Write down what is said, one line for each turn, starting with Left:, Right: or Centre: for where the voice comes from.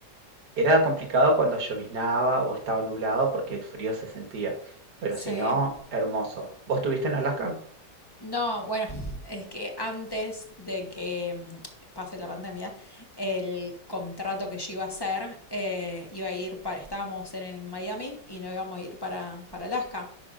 Right: Era complicado cuando lloviznaba o estaba nublado porque el frío se sentía, pero
Left: sí.
Right: si no, hermoso. ¿Vos estuviste en Alaska?
Left: No, bueno, <laughs> es que antes de que mm, pase la pandemia, el contrato que yo iba a hacer eh, iba a ir para, estábamos en, en Miami y no íbamos a ir para, para Alaska.